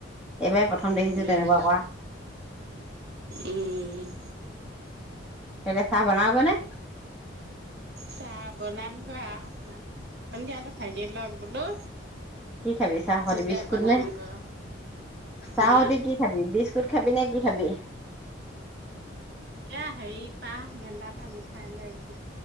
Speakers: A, in the centre; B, on the right.
A: এইবাৰে প্ৰথম
B: উম
A: দেখিছোঁ তেনেকুৱা কৰা
B: উম
A: এনে চাহ বনাব নে?
B: চাহ বনামগৈ আৰু অকণমান সন্ধিয়াটো ভাগি লওক বোলো
A: কি খাবি চাহ সৈতি?
B: তেতিয়া
A: বিস্কুট
B: বনামগৈ
A: নে? চাহ
B: হা
A: সৈতি কি খাবি? বিস্ক স্কুট খাবি নে? কি খাবি?
B: এ, হেৰি, পাহ মেলা পা মিঠাই লৈ আহিছোঁ।